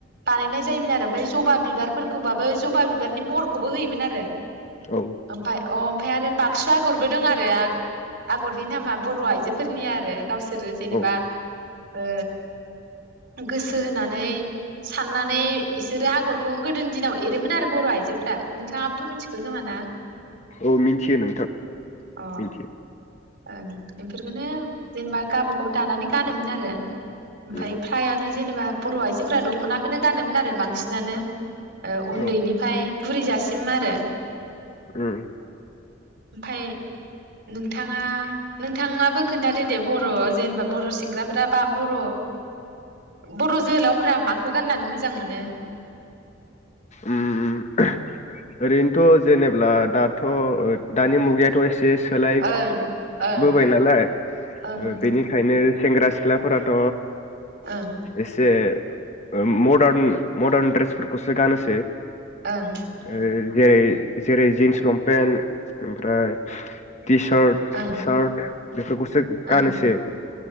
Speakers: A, on the right; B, on the left.
A: बानायनाय जा जायोमोन आरो ओमफ्राय जबा बिबारफोरखौबाबो जबा बिबारनि महरखौबो होयोमोन आरो।
B: औ।
A: ओमफ्राय अ ओमफ्राय आरो बाक्सु आगरबो दं आरो आग आगरनि नामा बर' आइजो। सोरनिया आरो गावसोरो जेनेबा
B: औ
A: ओ गोसो होनानै साननानै इसोरो आगर खौ गोदोनि दिनाव एरोमोन आरो बर' आइजोफोरा नोंथाङाबोथ' मिथिखो खोमाना
B: औ मिथियो नोंथां
A: अ
B: मिथियो
A: ओं बेफोरखौनो जेनेबा गाबागाव दानानै गानोमोन आरो। ओमफ्राय
B: उम
A: फ्रायानो जेनेबा बर' आइजोफोरा दख'नाखौनो गानोमोन आरो बांसिनानो। ओ उन्दैनिफ्राय
B: औ
A: बुरैजासिम आरो
B: ओम
A: ओमफ्राय नों नोंथाङा नोंथाङाबो खोनथादो दे बर' जेनेबा बर' सेंग्राफोरा बा बर' बर' जोहोलावफोरा माखौ गाननानै मोजां मोजां मोनो
B: ओम ओरैनोथ' जेनेब्ला दाथ' दानि मुगायाथ' एसे एसे सोलायबोबाय
A: ओं ओं
B: नालाय
A: ओं
B: ओ
A: नंगौ
B: बेनिखायनो
A: नंगौ
B: सेंग्रा सिख्लाफोराथ'
A: ओं
B: एसे ओ मदार्न मडार्न ड्रेस फोरखौसो गानोसै
A: ओं
B: ओ जेरै जेरै जिन्स लंपेन्ट ओमफ्राय टि सार्ट
A: ओं
B: सार्ट बेफोरखौसो
A: ओं
B: गानोसै